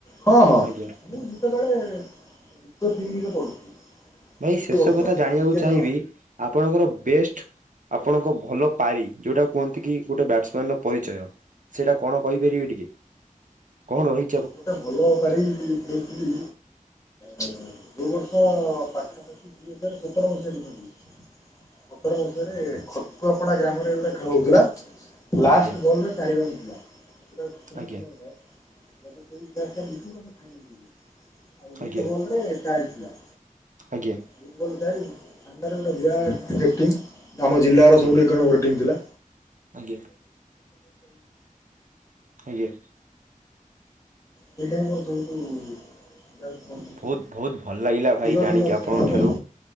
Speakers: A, on the left; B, on the right.
A: ହଁ।
B: ଆଜ୍ଞା
A: ସେତେବେଳେ ଯୁକ୍ତ ତିନିରେ ପଢ଼ୁଥିଲି।
B: ଭାଇ
A: ଦ୍ୱିତୀୟ
B: ଶେଷ
A: ବର୍ଷ
B: କଥା ଜାଣିବାକୁ
A: ବିଜ୍ଞାନ
B: ଚାହିଁବି ଆପଣଙ୍କର ବେଷ୍ଟ୍ ଆପଣଙ୍କ ଭଲ ପାଇ ଯଉଟା କୁହନ୍ତି କି ଗୋଟେ ବ୍ୟାଟ୍ସମ୍ୟାନ୍ ର ପରିଚୟ। ସେଟା କଣ କହିପାରିବେ ଟିକେ କଣ ରହି
A: ଯୋଉଟା ଭଲ <unintelligible> ଖେଳୁଥିଲି। ଯଉ ବର୍ଷ ପାଖାପାଖି ଦୁଇ ହଜାର୍ ସତର ମସିହା କଥା କହୁଚି। ସତର ମସିହାରେ ଖଟୁଆପଡା ଗ୍ରାମରେ ଗୋଟିଏ ଖେଳ ହଉଥିଲା ଲାଷ୍ଟ
B: ଆଜ୍ଞା
A: ବଲ୍ ରେ ଚାରି ରନ୍ ଥିଲା।
B: ଆଜ୍ଞା
A: ଯଦି ସେଇ ମ୍ୟାଚ୍ ଟା ଜିତିବ ଆମେ ଫାଇନାଲ୍ ଯିବୁ ଆଉ
B: ଆଜ୍ଞା
A: ଏକ ବଲ୍ ରେ ଚାରି ଥିଲା।
B: ଆଜ୍ଞା।
A: ଫୁଟବଲ୍ ଚାରି ଫାଣ୍ଡାରେ ବିରାଟ୍ ଜେଟିଂ ଆମ ଜିଲ୍ଲାର
B: ଆଜ୍ଞା
A: ସବୁଠୁ ଏକ ନମ୍ବର ଟିମ୍ ଥିଲା।
B: ଆଜ୍ଞା ଆଜ୍ଞା।
A: ସେଇଟା ଆମର ସବୁଠୁ ଯାହାକୁ କହନ୍ତି
B: ବହୁତ୍
A: କି
B: -ବହୁତ୍ ଭଲ ଲାଗିଲା ଭାଇ
A: ଚିରଦିନ
B: ଜାଣିକି ଆପଣଙ୍କ
A: ସ୍ମରଣୀୟ।
B: ଠାରୁ